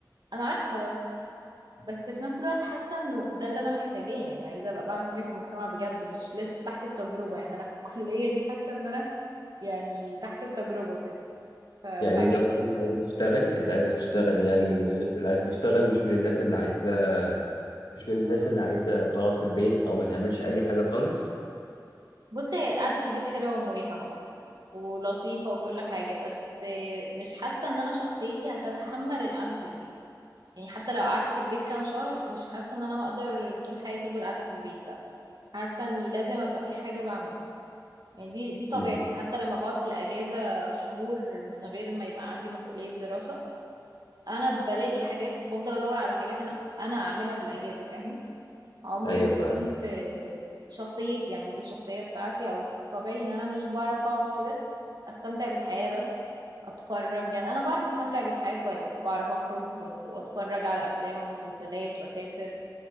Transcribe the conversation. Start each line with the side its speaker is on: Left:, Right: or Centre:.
Right: انا عارفة بس في نفس الوقت حاسه انه ده اللي انا محتاجاه يعني عايزه ابقى بعمل حاجه في المجتمع بجد مش لسه تحت التجربه يعني انا في الكليه دي حاسه ان انا يعني تحت التجربه كده فمش
Left: يعني
Right: عاجبني
Left: انت اصلا عايزة تشتغلي انت عايزة تشتغل يعني من الناس اللي عايزة تشتغل مش من الناس اللي عايزة مش من الناس اللي عايزة تقعد في البيت او ما تعملش اي حاجة خالص
Right: بصي هي القعده في البيت حلوه ومريحه طبعا ولطيفه وكل حاجه بس مش حاسه ان انا شخصيتي هتتحمل القعده في البيت يعني حتى لو قعدت في البيت كام شهر مش حاسه ان انا هقدر طول حياتي افضل قاعده في البيت لا حاسه اني لازم ابقى في حاجه بعملها يعني دي دي طبيعتي
Left: امم
Right: حتى لما بقعد في الأجازة شهور من غير ما يبقى عندي مسؤولية دراسة أنا بلاقي حاجات بفضل أدور على حاجات أنا أنا أعملها في الأجازة فاهم عمري
Left: ايوه
Right: ما
Left: فاهمك
Right: كنت آه، شخصيتي يعني دي الشخصية بتاعتي أو طبيعي إن أنا مش بعرف أقعد كده أستمتع بالحياة بس أتفرج يعني أنا بعرف أستمتع بالحياة كويس بعرف أخرج وأس- وأتفرج على أفلام ومسلسلات وأسافر